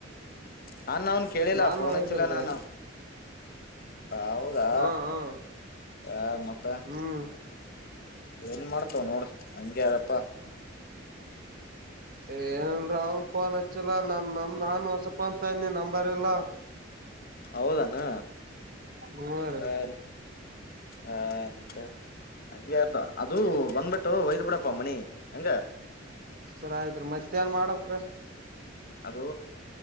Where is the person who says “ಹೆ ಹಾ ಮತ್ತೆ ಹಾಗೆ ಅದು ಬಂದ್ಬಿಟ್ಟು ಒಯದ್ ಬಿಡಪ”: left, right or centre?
Left